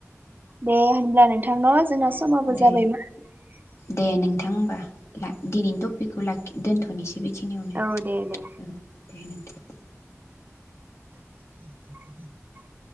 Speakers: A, on the right; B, on the left.
A: दे होनब्ला नोंथांनाव जोंना। समाबो
B: दे
A: जाबाय <unintelligible>
B: दे नोंथां होमबा दिनैनि टपिकखौ लाखि दोनथनोसै बे। बेखिनियावनो
A: औ दे दे
B: औ दे <unintelligible>
A: <inaudible>